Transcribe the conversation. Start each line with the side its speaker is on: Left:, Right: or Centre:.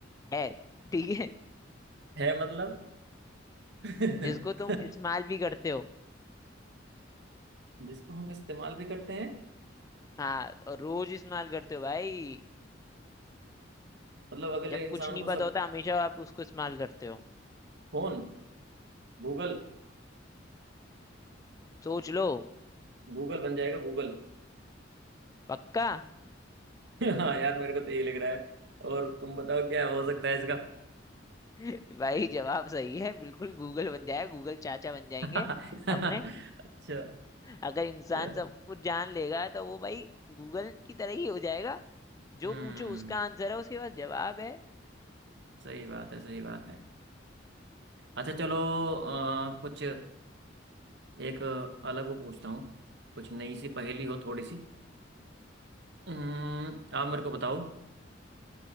Left: है ठीक है
Right: <laughs> है मतलब <laughs>
Left: जिसको तुम इस्तेमाल भी करते हो
Right: जिसको हम इस्तेमाल भी करते हैं
Left: हाँ और रोज इस्तेमाल करते हो भाई
Right: मतलब अगले
Left: जब
Right: इंसान
Left: कुछ नहीं
Right: को सब
Left: पता होता हमेशा आप उसको इस्तेमाल करते हो
Right: फोन गूगल
Left: सोच लो
Right: गूगल बन जाएगा गूगल
Left: पक्का
Right: <laughs> हाँ यार मेरे को तो यही लग रहा है और तुम बताओ क्या हो सकता है इसका
Left: <laughs> भाई जवाब सही है बिल्कुल गूगल बन जाएगा गूगल चाचा बन जाएंगे
Right: <laughs>
Left: अपने
Right: अच्छा
Left: अगर इंसान
Right: चल
Left: सब कुछ जान लेगा तो वो भाई गूगल की तरह ही हो जाएगा जो
Right: हम्म
Left: पूछो उसका आंसर है उसके पास जवाब है
Right: सही बात है सही बात है अच्छा चलो अ, कुछ <clears throat> एक अलग वो पूछता हूँ कुछ नई सी पहेली हो थोड़ी सी हम्म, आप मेरे को बताओ